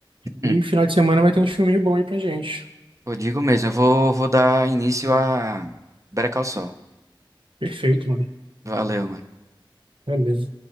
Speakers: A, on the right; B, on the right.
A: Hum.
B: E final de semana vai ter um filminho bom aí pra gente.
A: Eu digo mesmo, eu vou, vou dar início a Better Call Saul.
B: Perfeito, mano.
A: Valeu, mano.
B: Beleza.